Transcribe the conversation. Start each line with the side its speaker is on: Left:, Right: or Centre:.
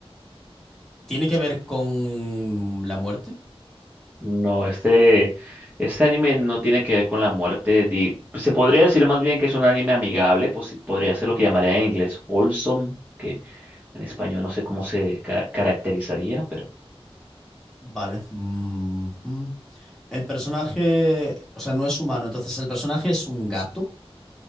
Centre: ¿Tiene que ver con la muerte?
Right: No, este, este anime no tiene que ver con la muerte. di- se podría decir más bien que es un anime amigable, pues sí, podría ser lo que llamaría en inglés wholesome, que en español no sé cómo
Centre: Oh,
Right: se ca- caracterizaría, pero.
Centre: vale. Mm, mm. El personaje, o sea, no es humano, entonces el personaje es un gato,